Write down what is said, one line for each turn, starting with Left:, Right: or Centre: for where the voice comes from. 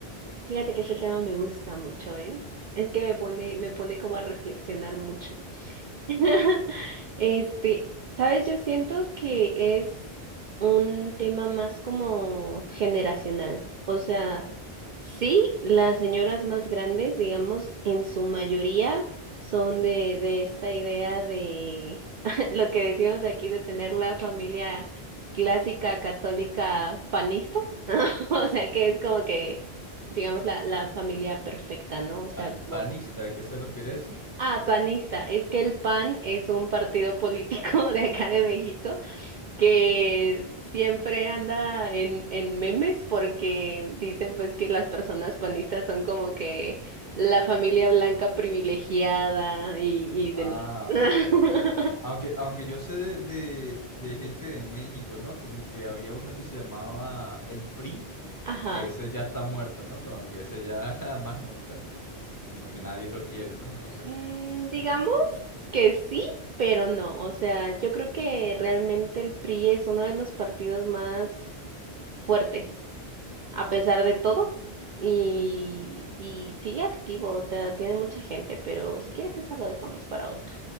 Right: fíjate que ese tema me gusta mucho, ¿eh? Es que me pone, me pone como a reflexionar mucho. <laughs> Este, sabes, yo siento que es un tema más como generacional, o sea. Sí, las señoras más grandes, digamos, en su mayoría son de, de esta idea de <laughs> lo que decimos aquí de tener la familia clásica católica panista, <laughs> o sea que es como que, digamos, la, la familia perfecta, ¿no? O sea,
Left: Pan-
Right: como,
Left: panista, ¿a qué se refiere eso?
Right: ah, panista, es que el PAN es un partido político <laughs> de acá de México que siempre anda en, en memes porque dicen pues que las personas panistas son como que la familia blanca privilegiada y, y
Left: Ah,
Right: demás. <laughs>
Left: ok, ok. Aunque, aunque yo sé de, de- de gente de México, ¿no? Como que había uno que se llamaba el PRI,
Right: Ajá.
Left: que ese ya está muerto, ¿no? Como que ese ya <laughs> más nunca. Como que nadie lo quiere, ¿no? No sé.
Right: Mm, digamos que sí, pero no. O sea, yo creo que realmente el PRI es uno de los partidos más fuertes, a pesar de todo. Y, y sigue activo, o sea, tiene mucha gente, pero si quieres esa lo dejamos para otra.